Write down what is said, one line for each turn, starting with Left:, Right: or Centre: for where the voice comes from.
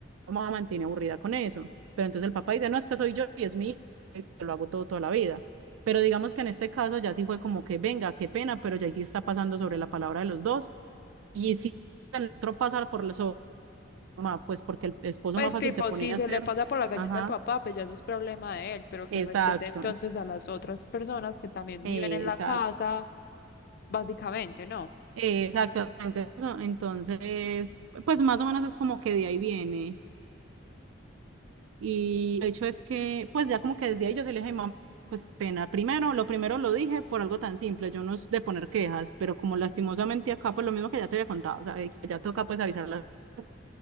Right: la mamá mantiene aburrida con eso, pero entonces el papá dice, no, es que soy yo y es mi hijo, pues, lo hago todo toda la vida. Pero digamos que en este caso ya sí fue como que venga, qué pena, pero ya ahí sí está pasando sobre la palabra de los dos. Y si el otro pasa por los mamá, pues porque el esposo
Left: Pues
Right: más fácil
Left: tipo,
Right: se ponía
Left: si se
Right: a hacer.
Left: le pasa por la galleta
Right: Ajá,
Left: al papá, pues ya eso es problema de él, pero que
Right: exacto,
Left: respete entonces a las otras personas que también
Right: exacto,
Left: viven en la casa, básicamente, ¿no?
Right: exactamente. eso. Entonces, pues más o menos es como que de ahí viene. Y el hecho es que, pues ya como que desde ahí yo se le dije, mamá, pues pena. Primero, lo primero lo dije por algo tan simple, yo no es de poner quejas, pero como lastimosamente acá, pues lo mismo que ya te había contado, o sea, de que ya toca pues avisar las cosas.